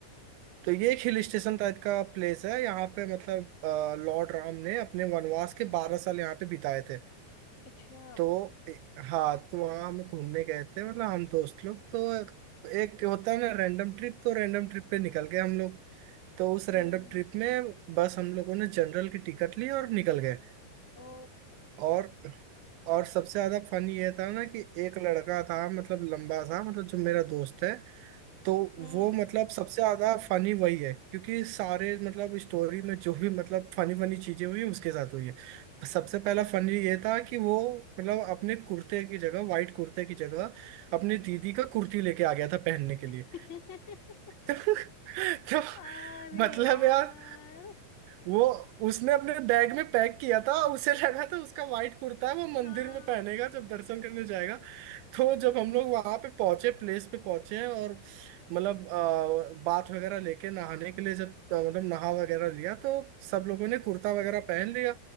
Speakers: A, on the right; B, on the left.
A: तो ये एक हिल स्टेशन टाइप का प्लेस है यहाँ पे मतलब अ, लॉर्ड राम ने अपने वनवास के बारह साल यहाँ पे बिताए थे
B: अच्छा
A: तो ए- हाँ तो वहाँ हम घूमने गए थे मतलब हम दोस्त लोग तो एक होता है ना रैंडम ट्रिप तो रैंडम ट्रिप पे निकल गए हम लोग तो उस रैंडम
B: हम्म
A: ट्रिप में बस हम लोगों ने जनरल की टिकट ली और निकल गए
B: ओ
A: और और सबसे ज्यादा फन ये था ना कि एक लड़का था मतलब लंबा था मतलब जो मेरा दोस्त है तो
B: हम्म
A: वो मतलब सबसे ज्यादा फनी वही है क्योंकि सारे मतलब स्टोरी में जो भी मतलब फनी फनी चीजें हुई उसके साथ हुई है सबसे
B: अच्छा
A: पहला फनी ये था कि वो मतलब अपने कुर्ते की जगह वाइट कुर्ते की जगह अपनी
B: हम्म
A: दीदी का कुर्ती लेके आ गया था पहनने के लिए
B: <laughs>
A: <laughs> तो
B: अरे
A: मतलब
B: यार
A: यार वो उसने अपने बैग में पैक किया था उसे लगा था उसका वाइट कुर्ता है वो मंदिर
B: हाँ
A: में पहनेगा जब दर्शन करने जाएगा
B: हम्म
A: तो
B: हम्म
A: जब हम लोग वहां पे पहुंचे प्लेस पे पहुंचे हैं, और मतलब अ, बाथ वगैरह लेके नहाने के लिए जब अ, मतलब नहा वगैरह लिया तो सब लोगों ने कुर्ता वगैरह पहन लिया